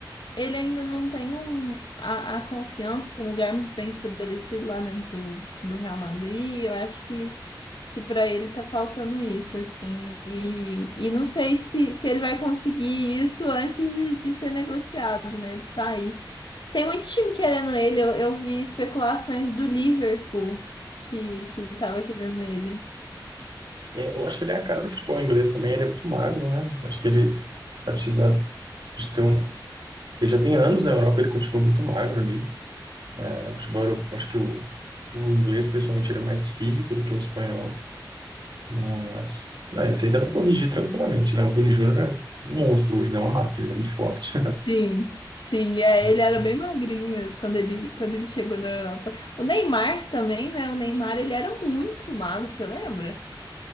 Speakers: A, on the left; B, on the right.
A: ele ainda não tem um a, a confiança, um lugar muito bem estabelecido lá dentro do, do Real Madrid. Eu acho que que para ele tá faltando isso, assim, e, e não sei se, se ele vai conseguir isso antes de, de ser negociado, né, de sair. Tem muito time querendo ele, eu, eu vi especulações do Liverpool que, que tava querendo ele.
B: É, Eu acho que ele é a cara do futebol inglês também. Ele é muito magro, né? Acho que ele vai precisar de ter um... Ele já tem anos na Europa, ele continua muito magro ali. O futebol, eu acho que o, o inglês, principalmente, ele é mais físico do que o espanhol. Mas, é, isso aí dá para corrigir tranquilamente, né? O Vini Júnior é um monstro hoje, né? É Uma máquina, ele é muito forte.
A: Sim, sim, é,
B: <laughs>
A: ele era bem magrinho mesmo quando ele, quando ele chegou na Europa. O Neymar também, né, o Neymar ele era muito magro, você lembra?